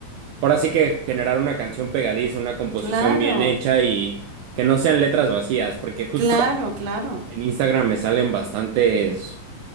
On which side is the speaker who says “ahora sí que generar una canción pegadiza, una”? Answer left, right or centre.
Right